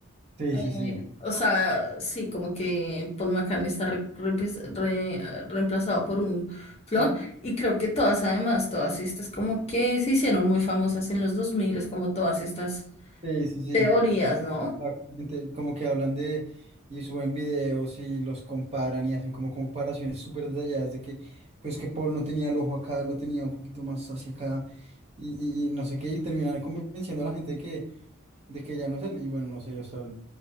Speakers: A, on the right (about 30°); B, on the left (about 30°).
A: sí,
B: Eh,
A: sí, sí.
B: o sea, sí, como que Paul McCartney está re- reemplaz- re- eh, reemplazado por un clon
A: Ujú.
B: y creo que todas, además, todas estas como que se hicieron muy famosas en los 2000 es como todas estas
A: Sí, sí, sí.
B: teorías, ¿no?
A: Exactamente. Como que hablan de y suben videos y los comparan y hacen como comparaciones súper detalladas de que, pues que Paul no tenía el ojo acá, lo tenía un poquito más hacia acá y, y- y no sé qué, y terminan convenciendo a la gente de que, de que ya no es él. Y bueno, no sé, o sea.